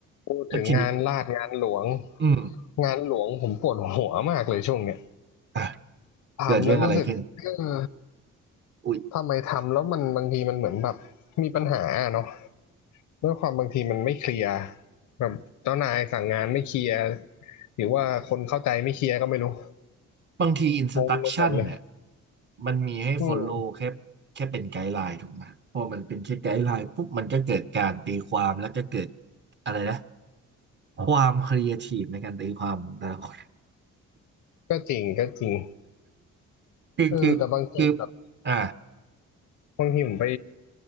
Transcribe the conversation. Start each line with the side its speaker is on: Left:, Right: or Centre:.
Left: พูดถึงงานลาดงานหลวง
Right: แล้วทีนี้อืม
Left: งานหลวงผมปวดหัวมากเลยช่วงเนี้ย
Right: อ่ะ
Left: ทำแล้วรู้สึกเออ
Right: เกิดเรื่องอะไรขึ้นอุ้ย
Left: ทำไมทำแล้วมันบางทีมันเหมือนแบบมีปัญหาอะเนาะด้วยความบางทีมันไม่เคลียร์แบบเจ้านายสั่งงานไม่เคลียร์หรือว่าคนเข้าใจไม่เคลียร์ก็ไม่รู้
Right: บางทีอินสตั
Left: งงไปหมดเลย
Right: c ชั่นเนี่ยมันมีให้
Left: อืม
Right: follow แค่แค่เป็นไกด์ไลน์ถูกไหมพอมันเป็นแค่ไกด์ไลน์ปุ๊บมันก็เกิดการตีความแล้วก็เกิดอะไรนะความครีเอทีฟในการตีความของแต่ละคน
Left: ก็จริงก็จริง
Right: คือคือคือ
Left: เออแต่บางทีแบบ
Right: อ่ะ
Left: บางทีผมไป